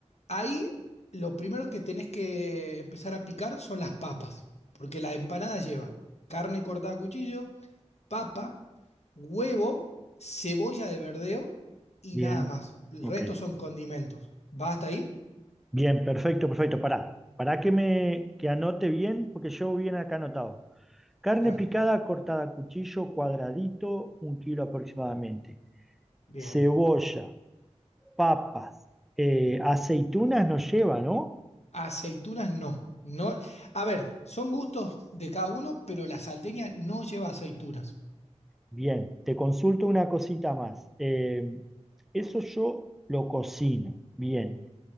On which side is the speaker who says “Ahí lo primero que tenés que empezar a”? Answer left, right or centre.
Left